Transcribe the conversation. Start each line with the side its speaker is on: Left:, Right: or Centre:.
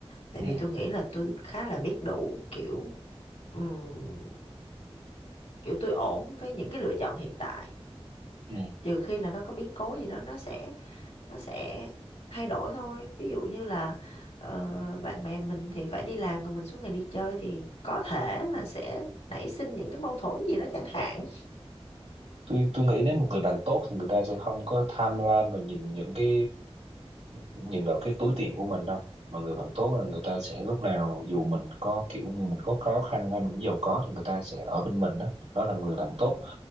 Left: tại
Right: ừ
Left: vì tôi nghĩ là tôi khá là biết đủ kiểu ừm, kiểu tôi ổn với những cái lựa chọn hiện tại
Right: ừ
Left: trừ khi là nó có biến cố gì đó nó sẽ nó sẽ thay đổi thôi ví dụ như là ờ, bạn bè mình thì phải đi làm còn mình suốt ngày đi chơi thì có thể là sẽ nảy sinh những cái mâu thuẫn gì đó chẳng hạn
Right: tôi tôi nghĩ nếu một người bạn tốt thì người ta sẽ không có tham lam và nhìn những cái nhìn vào cái túi tiền của mình đâu mà người bạn tốt là người ta sẽ lúc nào dù mình có kiểu như mình có khó khăn hay mình giàu có thì người ta sẽ ở bên mình đó đó là người bạn tốt